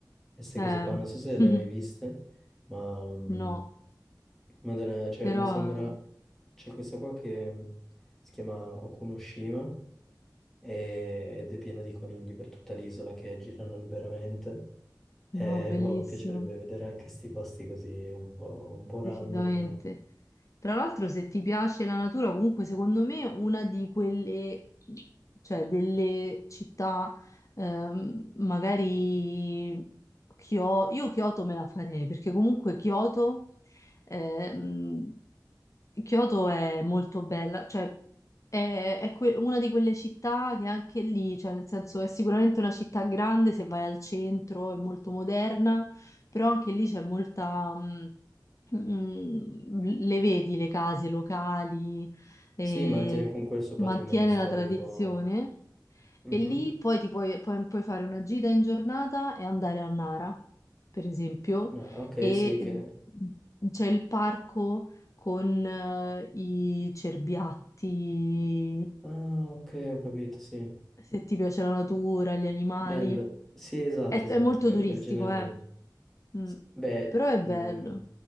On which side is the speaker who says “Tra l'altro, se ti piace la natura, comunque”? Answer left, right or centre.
Left